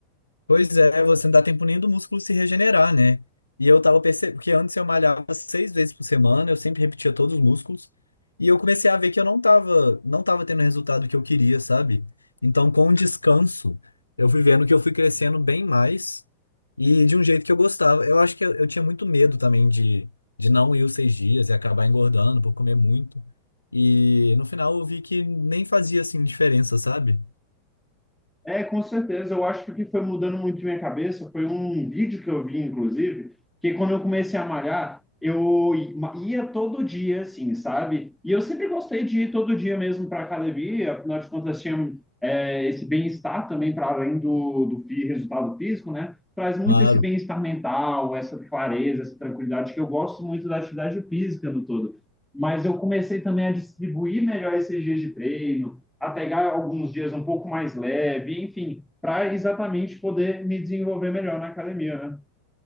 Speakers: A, on the left (about 80°); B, in the centre.
A: Pois é, você não dá tempo nem do músculo se regenerar, né? E eu tava percebendo que antes eu malhava seis vezes por semana, eu sempre repetia todos os músculos, e eu comecei a ver que eu não tava, não tava tendo o resultado que eu queria, sabe? Então, com o descanso, eu fui vendo que eu fui crescendo bem mais e de um jeito que eu gostava. Eu acho que eu, eu tinha muito medo também de, de não ir os seis dias e acabar engordando por comer muito. E no final eu vi que nem fazia assim diferença, sabe?
B: É, com certeza. Eu acho que o que foi mudando muito minha cabeça foi um vídeo que eu vi, inclusive, que quando eu comecei a malhar, eu ia todo dia, assim, sabe? E eu sempre gostei de ir todo dia mesmo para academia, afinal de contas, tinha é, esse bem-estar também para além do, do fi- resultado físico, né? Traz muito
A: Claro.
B: esse bem-estar mental, essa clareza, essa tranquilidade, que eu gosto muito da atividade física no todo. Mas eu comecei também a distribuir melhor esses dias de treino a pegar alguns dias um pouco mais leve, enfim, para exatamente poder me desenvolver melhor na academia, né?